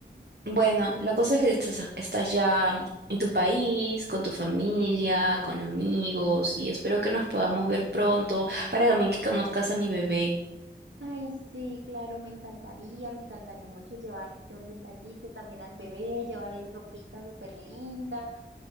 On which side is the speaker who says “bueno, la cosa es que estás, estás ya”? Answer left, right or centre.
Right